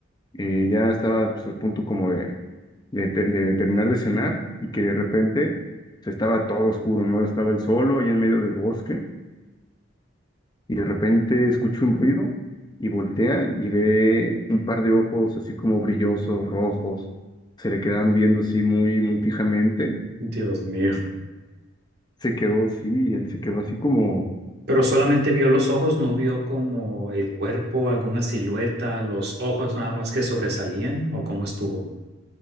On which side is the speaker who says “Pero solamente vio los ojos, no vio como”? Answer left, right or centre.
Right